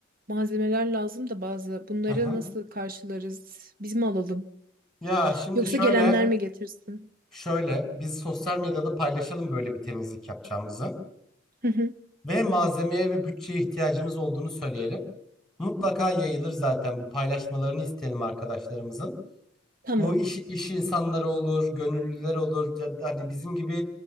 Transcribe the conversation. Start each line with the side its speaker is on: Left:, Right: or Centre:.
Right: malzemeler lazım da bazı. Bunları
Centre: Hı hı.
Right: nasıl karşılarız? Biz mi alalım?
Centre: Ya şimdi
Right: Yoksa
Centre: şöyle
Right: gelenler mi getirsin?
Centre: şöyle biz sosyal medyada paylaşalım böyle bir temizlik yapacağımızı.
Right: Hı hı.
Centre: ve malzemeye ve bütçeye ihtiyacımız olduğunu söyleyelim. Mutlaka yayılır zaten bu paylaşmalarını isteyelim arkadaşlarımızın.
Right: Tamam.
Centre: Bu iş, iş insanları olur, gönüllüler olur. Ya da Hani bizim gibi